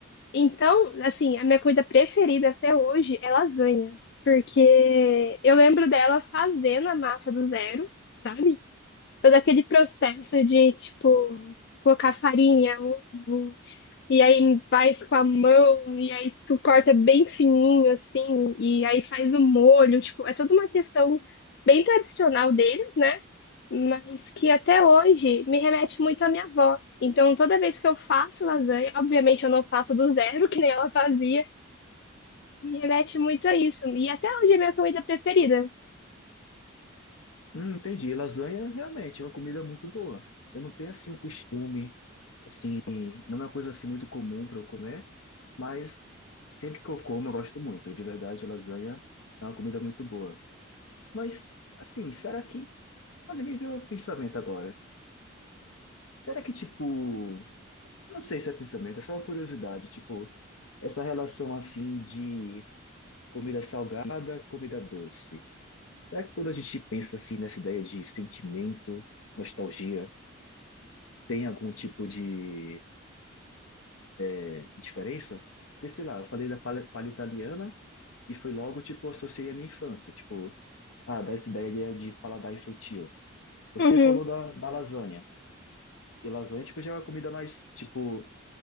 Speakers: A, on the left; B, on the left.
A: Então, assim, a minha comida preferida até hoje é lasanha, porque eu lembro dela fazendo a massa do zero, sabe? Todo aquele processo de, tipo, colocar farinha, ovo, e aí faz com a mão, e aí tu corta bem fininho, assim, e aí faz o molho. Tipo, é toda uma questão bem tradicional deles, né? Mas que até hoje me remete muito à minha avó. Então, toda vez que eu faço lasanha, obviamente eu não faço do zero, <laughs> que nem ela fazia, me remete muito a isso. E até hoje é minha comida preferida.
B: Hum, entendi, lasanha realmente é uma comida muito boa. Eu não tenho assim um costume, assim, não é uma coisa assim muito comum para eu comer, mas sempre que eu como eu gosto muito. De verdade, lasanha é uma comida muito boa. Mas, assim, será que, olha, me veio um pensamento agora. Será que, tipo, Não sei se é pensamento, é só uma curiosidade. Tipo, essa relação assim de comida salgada, comida doce. Será que quando a gente pensa assim nessa ideia de sentimento, nostalgia, tem algum tipo de eh, diferença? Porque, sei lá, eu falei da pala, palha italiana e foi logo, tipo, associei à minha infância. Tipo, ah, dá essa ideia de, de paladar infantil. Você
A: Uhum.
B: falou da, da lasanha. E lasanha, tipo, já é uma comida mais, tipo,